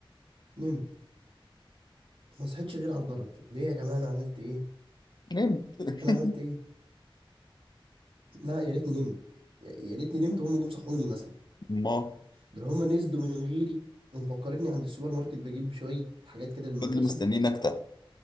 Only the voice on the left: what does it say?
نمت <laughs>
ما
فضلوا مستنيين أكتر